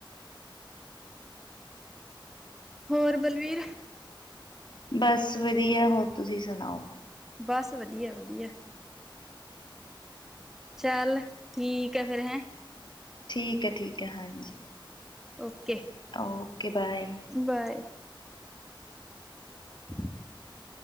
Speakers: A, in the centre; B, on the left.
A: ਹੋਰ ਬਲਵੀਰ।
B: ਬਸ ਵਧੀਆ, ਹੋਰ ਤੁਸੀਂ ਸੁਣਾਓ?
A: ਬਸ, ਵਧੀਆ ਵਧੀਆ। ਚੱਲ ਠੀਕ ਹੈ ਫ਼ਿਰ ਹੈਂ।
B: ਠੀਕ ਹੈ ਠੀਕ ਹੈ, ਹਾਂਜੀ।
A: Okay
B: okay bye.
A: ਬਾਏ। <inaudible>